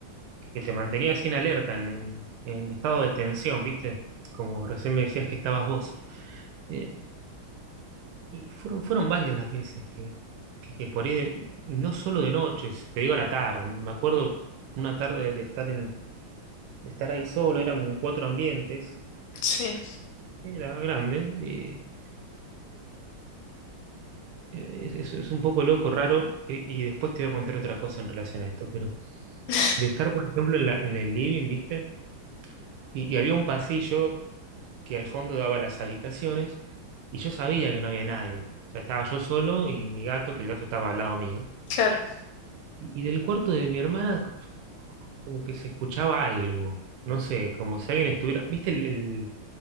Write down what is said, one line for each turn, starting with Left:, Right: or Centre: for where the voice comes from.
Right: que- que te mantenía así en alerta, en, en- en estado de tensión, ¿viste? Como recién me decías que estabas vos. Eh, y fueron, fueron varias las veces que, que, que por ahí, de- no solo de noches, te digo a la tarde, me acuerdo una tarde de estar, en, de estar ahí solo, eran cuatro ambientes
Left: sí,
Right: Era grande y es, es- es un poco loco, raro, y, y después te voy a contar otra cosa en relación a esto, pero
Left: <laughs>
Right: de estar, por ejemplo, en la, en el living, ¿viste? Y, y había un pasillo que al fondo daba las habitaciones, y yo sabía que no había nadie. O sea, estaba yo solo y mi gato, que el gato estaba al lado mío.
Left: claro,
Right: Y, y del cuarto de mi hermana, c- como que se escuchaba algo, no sé, como si alguien estuviera, ¿viste el, el-